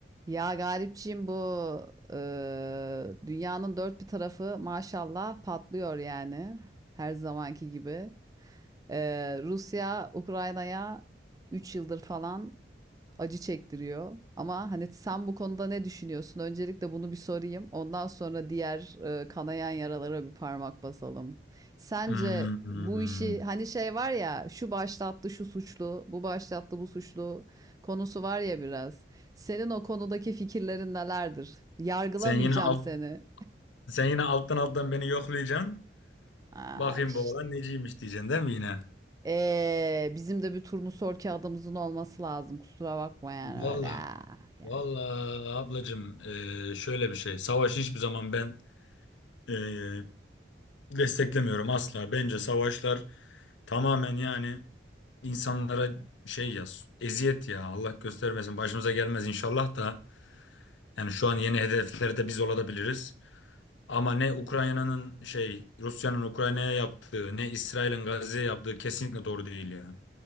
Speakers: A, on the right (about 20°); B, on the left (about 85°).
A: Ya Galipciğim bu eee, dünyanın dört bir tarafı maşallah patlıyor yani her zamanki gibi. Eee, Rusya Ukrayna'ya 3 yıldır falan acı çektiriyor. Ama hani sen bu konuda ne düşünüyorsun? Öncelikle bunu bir sorayım. Ondan sonra diğer e, kanayan yaralara bir parmak basalım. Sence
B: Hmm.
A: bu işi hani şey var ya şu başlattı şu suçlu, bu başlattı bu suçlu konusu var ya biraz. Senin o konudaki fikirlerin nelerdir? Yargılamayacağım
B: Sen yine alt
A: seni.
B: sen yine alttan alttan beni yoklayacaksın.
A: Aa,
B: Bakayım
A: işte.
B: bu oğlan neciymiş diyeceksin değil mi yine?
A: Ee, bizim de bir turnusol kağıdımızın olması lazım. Kusura bakma yani
B: Valla
A: öyle. Yani
B: valla ablacığım eee, şöyle bir şey. Savaşı hiçbir zaman ben eee, desteklemiyorum asla. Bence savaşlar tamamen yani insanlara şey ya eziyet ya Allah göstermesin başımıza gelmez inşallah da yani şu an yeni hedeflerde biz olabiliriz. Ama ne Ukrayna'nın şey Rusya'nın Ukrayna'ya yaptığı ne İsrail'in Gazze'ye yaptığı kesinlikle doğru değil ya.